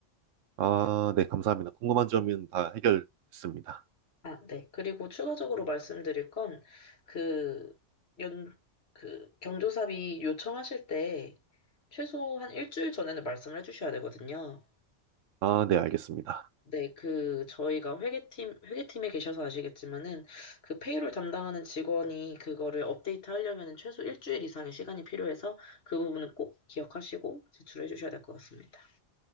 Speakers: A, on the right (about 85°); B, on the left (about 55°).
A: 아, 네, 감사합니다. 궁금한 점은 다 해결했습니다.
B: 아, 네. 그리고 추가적으로 말씀드릴 건, 그, 연, 그, 경조사비 요청하실 때, 최소한 일주일 전에는 말씀을 해주셔야 되거든요.
A: 아, 네, 알겠습니다.
B: 네, 그, 저희가 회계팀, 회계팀에 계셔서 아시겠지만은, 그 페이롤 담당하는 직원이 그거를 업데이트 하려면은 최소 일주일 이상의 시간이 필요해서 그 부분은 꼭 기억하시고 제출해 주셔야 될 것 같습니다.